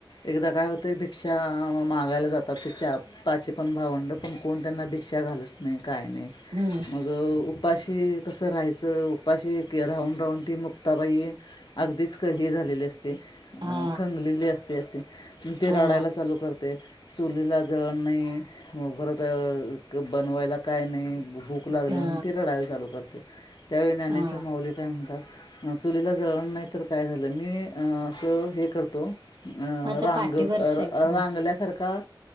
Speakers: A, on the left; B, on the right.
A: एकदा काय होतं भिकठ्षा मागायला जातात ते चाप पाशे पण भावंड पण कोण त्यांना भिक्षा घालत नाही काय नाही
B: हम्म
A: मग उपाशी कसं राहायचं उपाशी राहून राहून ती मग तताबाई अगदीच कही झालेली असते अ
B: हा
A: खंगलेली असते असते ते
B: हा
A: रडायला चालू करते चुलीला जळण नाही पररंत बनवायला काय नाही भूक लागली
B: हा
A: म्हणून ती लढाई चालू करते त्यावेळी ज्ञानेश्वर
B: हा
A: माऊली काय म्हणतात चुलीला जळण नाही तर काय झालं मी असं हे करतो
B: माझ्या
A: रांगत
B: पाठीवर
A: रांगल्यासारखा
B: शेकून